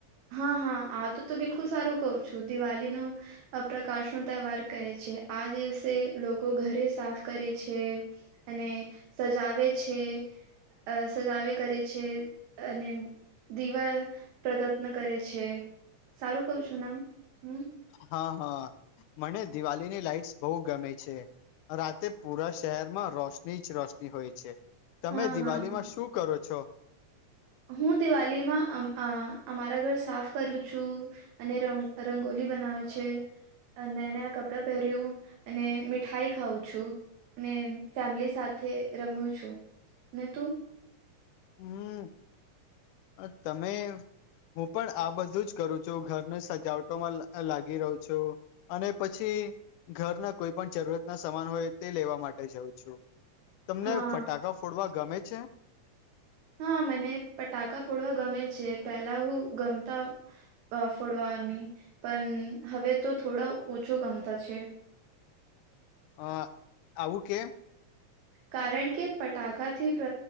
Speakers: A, on the right; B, on the left.
A: હા, હા આ તો તું બિલકુલ સારું કહું છું. દિવાલીનું અહ પ્રકાશ નો તહેવાર કહે છે. આ દિવસે લોકો ઘરે સાફ કરે છે. અને સજાવે છે. અહ સજાવે કરે છે, અને દીવા પ્રગટ <unintelligible> કરે છે, સારું કવ છું ના, હમ્મ?
B: હા, હા મને દિવાલીની લાઈટસ બહુ ગમે છે. રાતે પુરા શહેરમાં રોશની જ રોશની હોય છે. તમે
A: હા
B: દિવાલી
A: હા
B: માં શું કરો છો?
A: હું દિવાલીમાં અમ અમારા ઘર સાફ કરું છું. અને રંગ રંગોલી બનાવે છે. અહ નયા-નયા કપડાં પહેર્યું, અને મીઠાઈ ખાઉં છું. ને ફેમિલી સાથે રમું છું. ને તું?
B: હમ્મ. અહ તમે હું પણ આ બધું જ કરું છું. ઘર નું સજાવટોમાં લા લાગી રહુ છું. અને પછી ઘરના કોઈ પણ જરૂરત ના સમાન હોય તે લેવા માટે જઉં છું. તમને
A: હા
B: ફટાકા ફોડવા ગમે છે?
A: હા મને ફટાકા ફોડવા ગમે છે. પેલા હું ગમતા અહ ફોડવાની, પણ હવે તો થોડા ઓછો ગમતા છે.
B: અહ, આવું કેમ?
A: કારણ કે પટાકાથી પ્ર